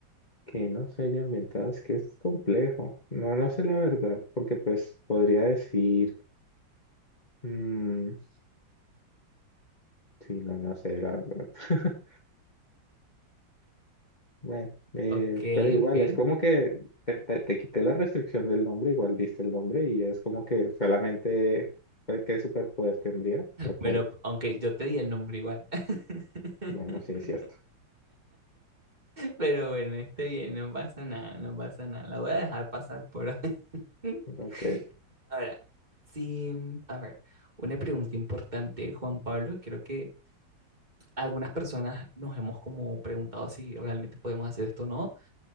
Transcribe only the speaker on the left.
Que no se hayan ventajas, que es complejo. No, no sé la verdad, porque pues podría decir... mm, Sí, no, no sé, la verdad. <laughs> Bueno, eh,
pero igual,
es como que te, te- te quité la restricción del nombre, igual diste el nombre y es como que solamente pues, qué superpoder tendría, lo cual,
bueno, sí es cierto.
Ok.